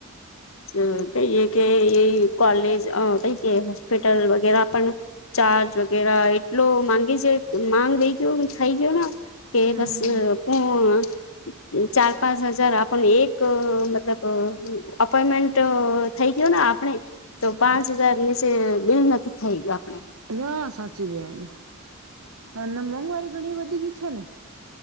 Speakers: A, on the left; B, on the right.
A: અહ કઈ એ કે એ કોલેજ અહ કઈ કે હસ્પિટલ વગેરા પણ ચાર્જ વગેરા એટલો માંગી છે, માંગ વયધું થઈ ગયો થઇ ગયો ના કે
B: હમ
A: બસ પો અહ ચાર પાંચ હજાર આપન એક મતલબ અહ અહ અપોઈન્ટમેન્ટ થઈ ગયો ને આપણે, તો પાંચ હજાર નીસે બિલ નથી થઈ ગયો આપ
B: ના સાચી બેેન, અને મોંઘવારી ઘણી બધી ગી છે ને